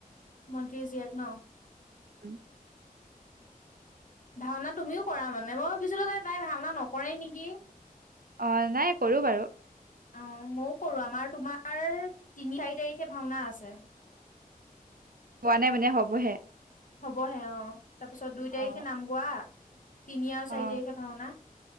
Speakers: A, on the left; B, on the right.
A: মন্ত্ৰী জীয়েক ন।
B: উম
A: ভাওনা তুমিও কৰা মানে, মই ভাবিছিলো যে তাই ভাওনা নকৰেই নেকি?
B: অ নাই কৰো বাৰু।
A: অ ময়ো কৰো, আমাৰ তোমাৰ তিনি চাৰি তাৰিখে ভাওনা আছে। <inaudible>
B: হোৱা নাই মানে হ'বহে।
A: হ'বহে অ তাৰ পিছত দুই তাৰিখে
B: অ
A: নাম গোৱা তিনি আৰু চাৰি
B: অ
A: তাৰিখে ভাওনা।